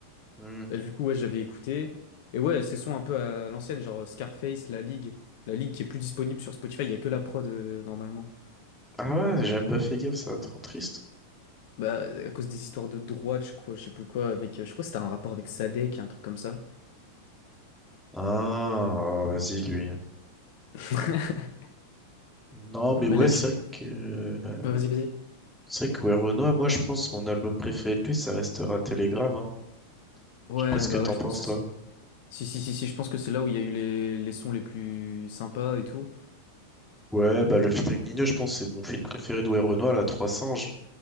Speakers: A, in the centre; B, on the left.
A: Mm.
B: Bah, du coup, ouais, j'avais écouté. Et ouais, ces sons un peu à l'ancienne, genre euh, Scarface, La Ligue. La Ligue qui est plus disponible sur Spotify, il y a que la prod euh, normalement.
A: Ah ouais, j'ai même pas fait gaffe, ça va trop triste.
B: Bah, à cause des histoires de droite, je crois, je sais plus quoi, avec. euh, Je crois que c'était un rapport avec Sadek, un truc comme ça.
A: Ah, ah, vas-y, lui.
B: <laughs>
A: Non,
B: Mais
A: mais ouais,
B: là,
A: c'est
B: du coup.
A: vrai que euh,
B: Ah, vas-y, vas-y.
A: c'est vrai que ouais, Renoir, moi je pense mon album préféré de lui, ça restera Telegram. Hein.
B: Ouais,
A: Je sais pas ce que
B: bah
A: t'en
B: ouais, je
A: penses
B: pense aussi.
A: toi.
B: Si, si, si, si, je pense que c'est là où il y a eu les, les sons les plus sympas et tout.
A: Ouais, bah le feat avec Nino, je pense c'est mon feat préféré de ouais, Renoir, la 3 singes.